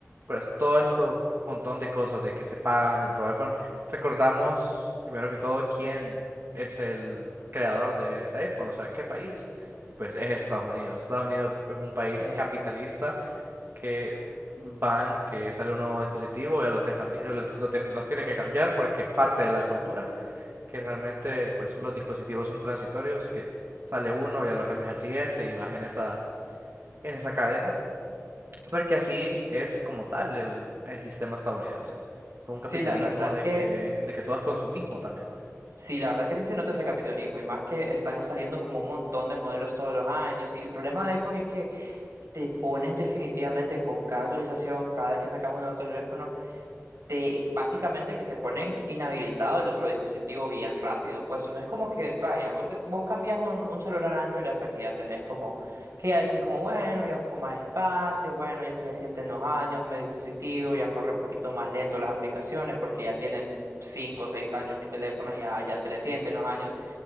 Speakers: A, on the right (about 55°); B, on the right (about 80°).
A: pues todo esto montón de cosas de que se pagan dentro de iPhone. Recordamos, primero que todo, quién es el creador de, de iPhone, o sea, qué país. Y pues es Estados Unidos. Estados Unidos es un país
B: Eh,
A: capitalista que van, que sale un nuevo dispositivo, ya lo tienen cambi- lo- lo tienen- los tiene que cambiar porque es parte de la cultura, que realmente pues los dispositivos son transitorios, que sale uno, ya lo cambias al siguiente y vas en esa, en esa cadena. Porque así es como tal el, el sistema estadounidense. Todo un capitalismo
B: sí, la verdad es
A: de
B: que
A: que, de que todo es consumismo también.
B: Sí, la verdad que sí se nota ese capitalismo y más que están saliendo como un montón de modelos todos los años. Y el problema de iPhone es que te ponen definitivamente con cada actualización, cada vez que sacas un nuevo teléfono te básicamente que te ponen inhabilitado el otro dispositivo bien rápido. Pues no es como que, vaya, vos, te- vos cambias un, un celular Android hasta que ya tenés como, que ya decís como, bueno, ya ocupo más espacio, bueno, ya se le sienten los años a mi dispositivo, ya corre un poquito más lento las aplicaciones porque ya tienen 5 o 6 años mi teléfono, ya, ya se le sienten los años.